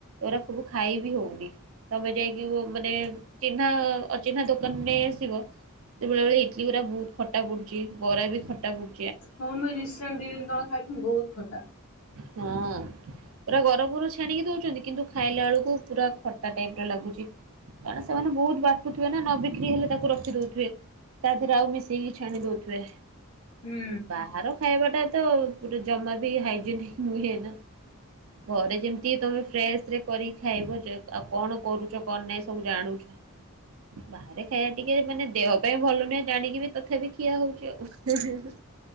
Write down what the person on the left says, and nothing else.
ହଁ ମୁଇ ରିଶାଣ୍ଟ ଦି ଦିନ ତଳେ ଖାଇଥିଲି ବହୁତ ଖଟା।
ହୁଁ